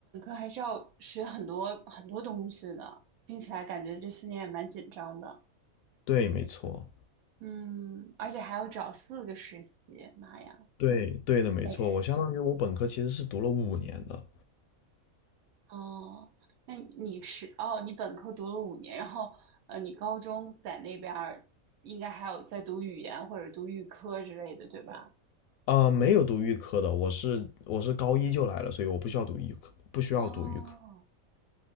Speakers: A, on the right; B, on the left.
A: 还是要学很多很多东西的，听起来感觉这四年也蛮紧张的。
B: 对，没错，
A: 嗯，而且还要找四个实习，妈呀，
B: 对对的，没错。
A: 累！
B: 我相当于我本科其实是读了五年的，
A: 哦，那你是哦，你本科读了五年，然后呃，你高中在那边儿应该还有在读语言或者读预科之类的，对吧？
B: 啊、没有读预科的，我是我是高一就来了，所以我不需要读预科，不需要读预科。
A: 哦